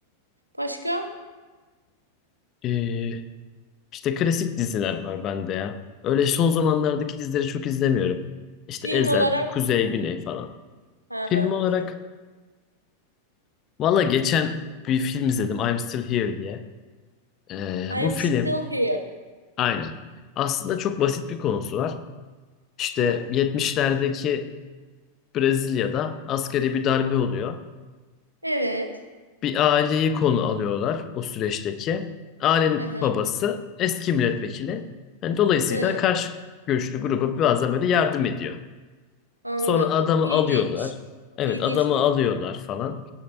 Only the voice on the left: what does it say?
Ee, işte klasik diziler var bende ya. Öyle son zamanlardaki dizileri çok izlemiyorum. İşte
Ezel,
Kuzey, Güney falan.
Film
olarak
valla geçen bir film izledim I'm Still Here diye. Ee,
bu
film
aynen. Aslında çok basit bir konusu var. İşte
70'lerdeki Brezilya'da asgari bir darbe oluyor.
Bir aileyi konu alıyorlar o süreçteki. Ailenin
babası eski milletvekili. Yani dolayısıyla
karşı görüşlü gruba bazen böyle yardım ediyor.
Sonra adamı
alıyorlar. Evet
adamı
alıyorlar falan.